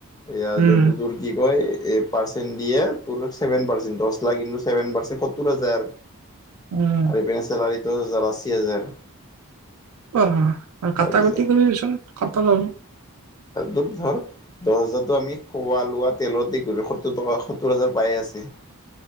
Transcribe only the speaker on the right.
উম
উম।
অ' কটা
কাটি কৰিবিচোন কটা ল